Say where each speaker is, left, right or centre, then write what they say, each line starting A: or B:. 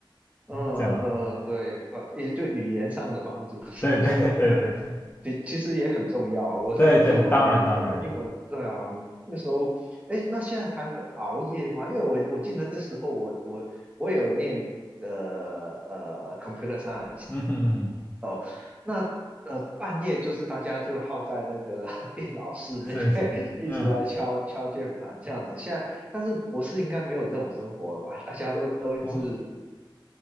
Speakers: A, on the right (about 15°); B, on the left (about 25°).
A: 嗯嗯嗯，
B: 这样。
A: 嗯对，呃也对语言上的帮助，<laughs> 是不是
B: 对对对对对
A: <laughs> 其其实也很重要。我这这会我觉得我们英文，
B: 对对对，当然当然，
A: 对啊，那时候，哎，那现在还会熬夜吗？因为我我记得那时候我我我有念的呃 computer science，
B: <laughs> 嗯哼嗯哼，
A: 哦，那呃半夜就是大家就耗在那个 <laughs> 电脑室那边
B: 是是，
A: <laughs> 一直在敲敲键盘这样子。
B: 嗯，
A: 现在但是博士应该没有这种生活了吧？大家都都一直
B: 不，